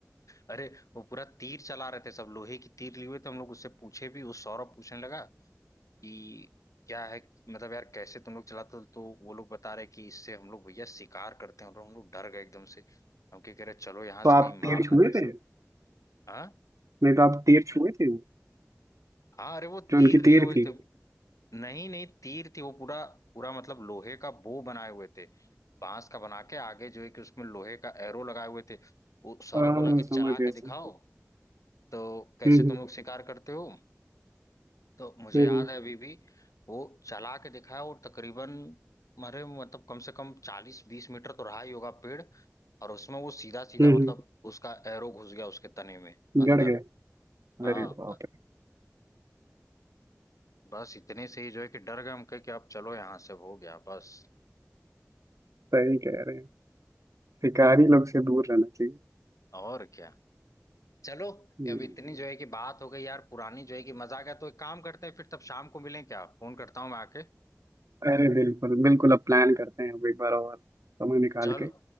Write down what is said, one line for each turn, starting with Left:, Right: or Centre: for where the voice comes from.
Left: अरे वो पूरा तीर चला रहे थे सब लोहे की तीर लिए हुए थे हम लोग उससे पूछे भी उस सौरभ पूछने लगा कि क्या है कि- मतलब यार कैसे तुम लोग चलाते हो तो वो लोग बता रहे कि इससे हम लोग भैया शिकार करते हैं और हम लोग डर गए एकदम से हम क्या कह रहे चलो यहाँ
Right: तो
Left: से
Right: आप
Left: कहीं मार
Right: तीर
Left: हाँ
Right: छुए
Left: ना दें बाप
Right: थे
Left: सब हाँ
Right: नहीं तो आप तीर छुए थे
Left: हाँ अरे वो तीर
Right: जो उनकी
Left: लिए
Right: तीर
Left: हुए
Right: थी
Left: थे नहीं नहीं तीर थी वो पूरा पूरा मतलब लोहे का बो बनाए हुए थे बांस का बना के आगे जो है कि उसमें लोहे का एरो लगाए हुए थे वो सौरभ
Right: हाँ
Left: बोला कि चला
Right: समझ
Left: के
Right: गए
Left: दिखाओ
Right: समझ गए
Left: तो कैसे
Right: हम्म
Left: तुम लोग शिकार करते हो तो मुझे
Right: हम्म
Left: याद
Right: हम्म
Left: है अभी भी वो चला के दिखाया और तकरीबन मरे मतलब कम से कम चालीस बीस मीटर तो रहा ही होगा पेड़ और उसमें वो सीधा सीधा
Right: हम्म
Left: मतलब
Right: हम्म,
Left: उसका एरो घुस गया उसके तने में अंदर
Right: गड़ गए
Left: हाँ
Right: अरे बाप
Left: अ-
Right: रे
Left: बस इतने से ही जो है कि डर गए हम कहे कि अब चलो यहाँ से हो गया बस
Right: सही कह रहे हैं शिकारी लोग से दूर रहना चाहिए
Left: और क्या चलो
Right: हम्म,
Left: अब इतनी जो है कि बात हो गई यार पुरानी जो है कि मजा आ गया तो एक काम करते हैं फिर तब शाम को मिलें क्या फोन करता हूँ मैं आके
Right: अरे बिल्कुल बिल्कुल अब प्लान करते हैं अब एक बार और समय निकाल
Left: चलो
Right: के